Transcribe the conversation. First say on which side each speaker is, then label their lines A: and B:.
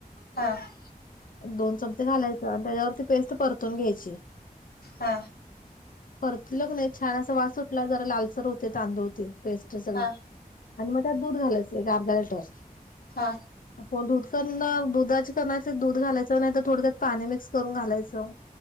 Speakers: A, on the left; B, on the left.
A: हा.
B: दोन चमचे घालायचे. त्याच्यावर ती पेस्ट परतून घ्यायची.
A: हा
B: परतलग नाही छान असा वास सुटला जरा लालसर होते तांदूळ ते. पेस्ट सगळी,
A: हा
B: आणि मग त्यात दूध घालायचं एक अर्धा लिटर.
A: हा
B: हो दूध करन दुधाचे करणार असला तर दूध घालायचं नाही तर थोडं त्यात पाणी मिक्स करून घालायचं.